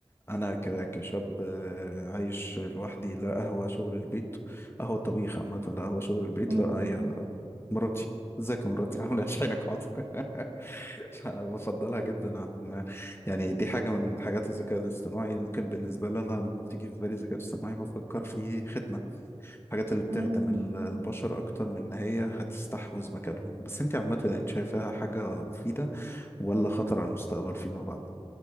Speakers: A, on the left; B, on the right.
A: أنا ك... كشاب آه، عايش لوحدي لا قهوة شغل البيت قهوة طبيخ عامة لا قهوة شغل البيت
B: مم.
A: لا هي مراتي ازيك يا مراتي <laughs> عاملة ايه؟ شحنك حاضر <laughs> أنا بفضلها جدا عن يعني دي حاجة من حاجات الذكاء الاصطناعي ممكن بالنسبة لنا لما بتيجي في بالي ذكاء اصطناعي بفكر في خدمة الحاجات اللي
B: مم.
A: بتخدم
B: مم.
A: ال- البشر أكتر من إن هي هتستحوذ مكانهم بس أنت عامة أنت شايفاها حاجة مفيدة ولا خطر على المستقبل فيما بعد